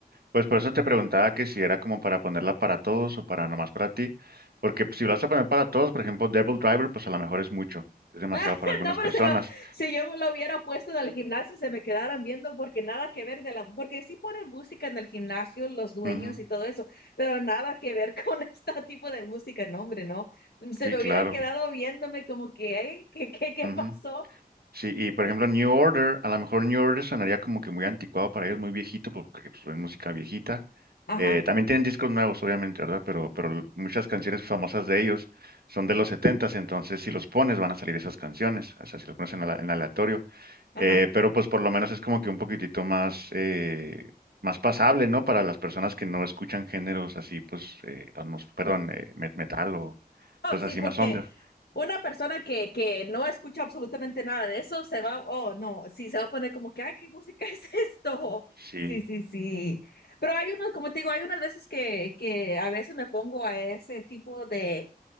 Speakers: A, on the right (about 70°); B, on the left (about 85°).
A: Pues por eso te preguntaba que si era como para ponerla para todos o para nomás para ti. Porque pues, si lo vas a poner para todos, por ejemplo, Devil Driver, pues a lo mejor es mucho. Es demasiado
B: <laughs>
A: para algunas
B: No, pero
A: personas.
B: se me- si yo me lo hubiera puesto en el gimnasio, se me quedaran viendo, porque nada que ver de la, porque sí ponen música en el gimnasio, los dueños
A: Ujú,
B: y todo eso, pero nada que ver <laughs> con este tipo de música, no, hombre, no. Se
A: Sí,
B: me
A: claro.
B: hubieran quedado viéndome como que, "Ey, ¿qué, qué, qué
A: Ujú.
B: pasó?
A: Sí, y por ejemplo New Order, a lo mejor New Order sonaría como que muy anticuado para ellos, muy viejito, porque pues, es música viejita.
B: Ajá,
A: Eh, también tienen discos nuevos, obviamente, ¿verdad? Pero, pero muchas canciones famosas de ellos son de los setentas entonces si los pones van a salir esas canciones, o sea, si los pones en, ala- en aleatorio.
B: ajá.
A: Eh, pero pues por lo menos es como que un poquitito más, eh, más pasable, ¿no? Para las personas que no escuchan géneros así, pues, eh, atmos- perdón, eh, met- metal o
B: Oh,
A: cosas
B: sí,
A: así
B: porque
A: más under.
B: una persona que, que no escucha absolutamente nada de eso se va, oh, no, sí, se va a poner como que, ay, ¿qué música <laughs> es esto?
A: Sí.
B: Sí, sí, sí. Pero hay unos, como te digo, hay unas veces que, que a veces me pongo a ese tipo de,